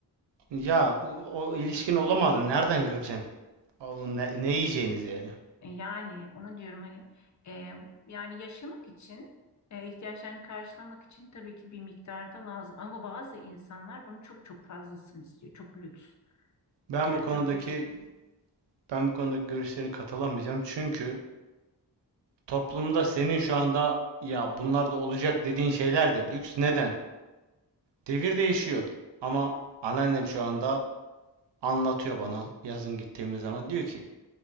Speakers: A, on the right; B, on the left.
A: Ya o ilişkin olamazdı. Nereden göreceksin? Onun ne, ne yiyeceğiniz yani?
B: E, Yani onu diyorum hani e, yani yaşamak için e, ihtiyaçlarını karşılamak için tabii ki bir miktarda lazım ama bazı insanlar bunu çok çok fazlasını istiyor çok lüks
A: Ben
B: yani
A: bu konudaki
B: çok lüks
A: ben bu konudaki görüşlerine katılamayacağım. Çünkü toplumda senin şu anda ya bunlar da olacak dediğin şeyler de lüks. Neden? Devir değişiyor. Ama anneannem şu anda anlatıyor bana yazın gittiğimiz zaman diyor ki